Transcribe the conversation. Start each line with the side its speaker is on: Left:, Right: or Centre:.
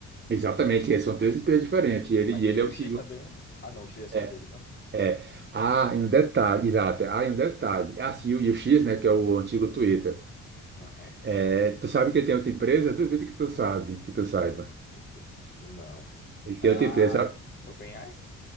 Right: Exatamente, esses são três empresas diferentes. E ele,
Left: Mas
Right: e
Left: tá-
Right: ele
Left: e
Right: é o
Left: o
Right: CEO.
Left: X também, né? Ah, não, o X é só
Right: É,
Left: dele, né?
Right: é. Ah, e um detalhe, exato. é. Ah, e um detalhe. Ah, sim, e o X, né, que é o antigo Twitter.
Left: Aham.
Right: É, tu sabe que ele tem outra empresa? Duvido que tu sabe, que tu saiba.
Left: Empre- Não.
Right: Ele
Left: Ah,
Right: tem outra empresa, sabe?
Left: OpenAI?